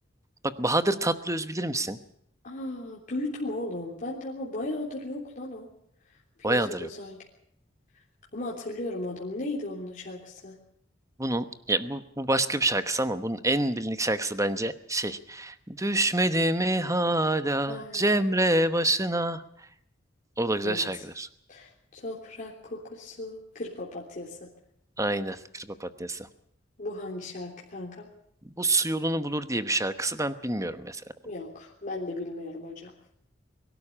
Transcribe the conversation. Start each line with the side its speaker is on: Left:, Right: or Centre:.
Right: Bak Bahadır Tatlıöz bilir misin?
Left: Aa duydum oğlum. Ben de ama bayağıdır yok lan o. Piyasada
Right: Bayağıdır yok.
Left: sanki. Ama hatırlıyorum adamı. Neydi onun şarkısı?
Right: Bunun ya bu, bu başka bir şarkısı ama bunun en bilindik şarkısı bence şey. Düşmedi mi hala
Left: Ha,
Right: Cemre başına? O da güzel
Left: evet.
Right: şarkıdır.
Left: Toprak kokusu, kır papatyası.
Right: Aynen. Kır Papatyası.
Left: Bu hangi şarkı kanka?
Right: Bu su yolunu bulur diye bir şarkısı ben bilmiyorum mesela.
Left: Yok. Ben de bilmiyorum hocam.